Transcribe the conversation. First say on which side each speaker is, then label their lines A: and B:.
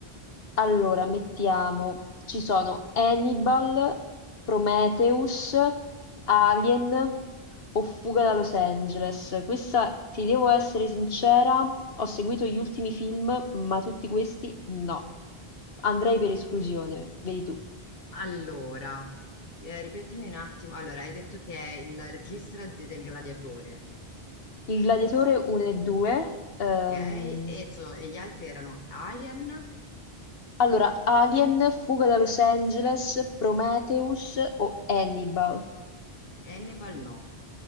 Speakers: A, on the left; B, on the left.
A: Allora mettiamo, ci sono Hannibal, Prometheus, Alien o Fuga da Los Angeles. Questa, ti devo essere sincera, ho seguito gli ultimi film, ma tutti questi no. Andrei per esclusione, vedi tu.
B: Allora, eh, ripetimi un attimo. Allora, hai detto che è il regista de- del gladiatore,
A: Il Gladiatore 1 e 2. ehm,
B: ok? E, so- e gli altri erano Alien,
A: allora, Alien, Fuga da Los Angeles, Prometheus o Hannibal?
B: Hannibal, no.